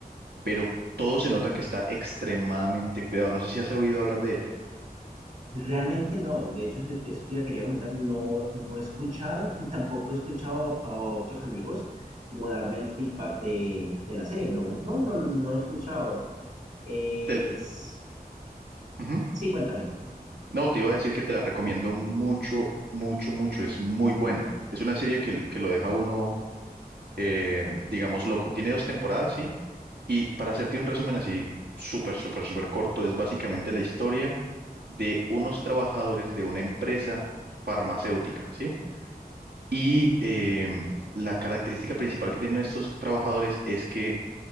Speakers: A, on the right (about 80°); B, on the right (about 50°).
A: pero todo se nota que está extremadamente cuidado, no sé si has oído hablar de ella.
B: Realmente no, de hecho se- eso te iba- quería comentar, no, no he escuchado y tampoco he escuchado a otros amigos como darme el feedback de, de la serie, no, no, no, no he escuchado. Eh,
A: Del-
B: s-
A: Ujú.
B: sí, cuéntame.
A: No, te iba a decir que te la recomiendo mucho, mucho, mucho. Es muy buena. Es una serie que, que lo deja uno, eh, digamos, loco. Tiene dos temporadas, sí. Y para hacerte un resumen así, súper, súper, súper corto, es básicamente la historia de unos trabajadores de una empresa farmacéutica, ¿sí? Y em, la característica principal que tienen estos trabajadores es que